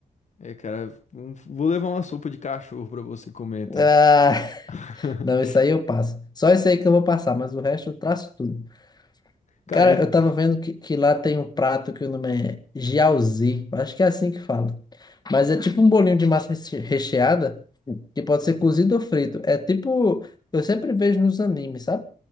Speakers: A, on the left (about 50°); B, on the left (about 25°).
A: É, cara, um- vou levar uma sopa de cachorro pra você comer, então.
B: Ah, <laughs>
A: <laughs>
B: não, isso aí eu passo. Só isso aí que eu vou passar, mas o resto eu traço tudo.
A: Cara,
B: Cara,
A: e-
B: eu tava vendo que, que lá tem um prato que o nome é jiaozi. Acho que é assim que fala. Mas é tipo um bolinho de massa reche- recheada que pode ser cozido ou frito. É tipo, eu sempre vejo nos animes, sabe?